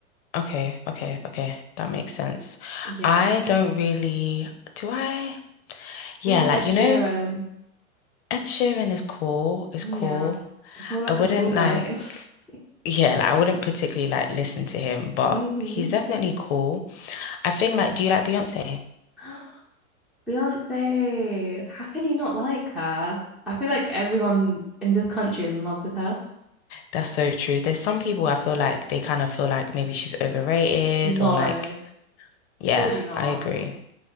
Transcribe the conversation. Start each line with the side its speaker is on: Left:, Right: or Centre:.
Left: Okay, okay, okay. That makes sense.
Centre: Yeah.
Left: I don't really, do I? Yeah,
Centre: Ooh,
Left: like
Centre: Ed
Left: you
Centre: Sheeran.
Left: know, Ed Sheeran is cool, is
Centre: Yeah.
Left: cool.
Centre: It's more like
Left: I wouldn't
Centre: a schoolgirl
Left: like
Centre: thing. <laughs>
Left: yeah, like I wouldn't particularly like listen to him, but
Centre: hmm
Left: he's definitely cool. I think like do you like Beyonce?
Centre: <gasps> Beyonce, how can you not like her? I feel like everyone in this country is in love with her.
Left: That's so true. There's some people I feel like they kind of feel like maybe she's overrated
Centre: No,
Left: or like, yeah,
Centre: surely not.
Left: I agree.